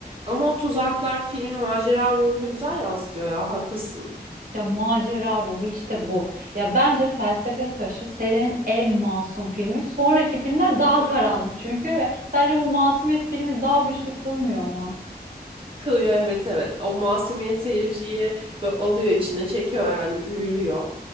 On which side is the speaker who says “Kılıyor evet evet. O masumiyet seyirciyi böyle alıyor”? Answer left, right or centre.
Right